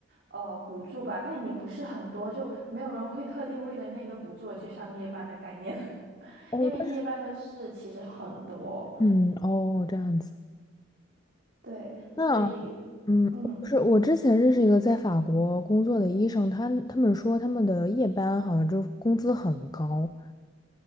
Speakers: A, on the right (about 55°); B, on the left (about 20°).
A: 呃补助吧，但也不是很多，就没有人会特地为了那个补助而去上夜班的概念，<laughs>
B: 哦，
A: 因为夜班的事其实很多，
B: 但是嗯，哦，这样子。
A: 对，
B: 那
A: 所以
B: 嗯，
A: 嗯，
B: 是我之前认识一个在法国工作的医生，他他们说他们的夜班好像就工资很高。